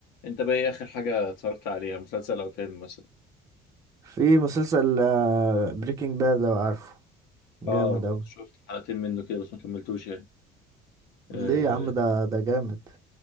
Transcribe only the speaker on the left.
انت بقى ايه اخر حاجة اتفرجت عليها مسلسل او فيلم مثلا
اه
شفت حلقتين منه كده بس ما كملتوش يعني
أه